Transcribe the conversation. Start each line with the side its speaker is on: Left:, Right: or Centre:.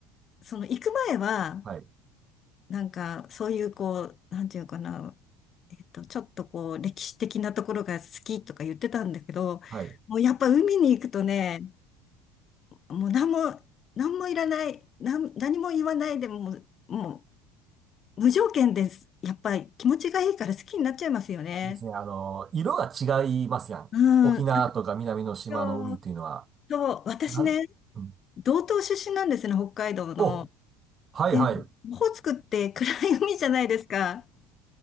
Left: その、行く前は、
Right: はい。
Left: なんか、そういう、こう、なんていうかな、えっと、ちょっとこう、歴史的なところが好きとか言ってたんだけど、
Right: はい。
Left: もうやっぱ海に行くとね、もう何も、何もいらない、なん、何も言わないでもう、もう無条件です。やっぱり気持ちがいいから好きになっちゃいますよね。
Right: ですね。あの、色が違いますやん。
Left: うん。
Right: 沖縄とか南の島の海っていうのは。
Left: あと、そう私ね、
Right: なん、うん、
Left: 道東出身なんですね、北海道の。
Right: お、はいはい。
Left: で、オホーツクって暗い海じゃないですか。